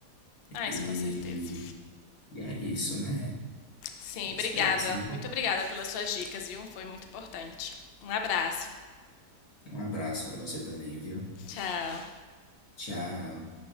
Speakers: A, on the left; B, on the left.
A: Ah,
B: e,
A: isso com certeza.
B: e- e é isso, né?
A: Sim,
B: Espero
A: obrigada.
B: que você.
A: Muito obrigada pelas suas dicas, viu? Foi muito importante. Um abraço.
B: Um abraço para você também, viu?
A: Tchau.
B: Tchau.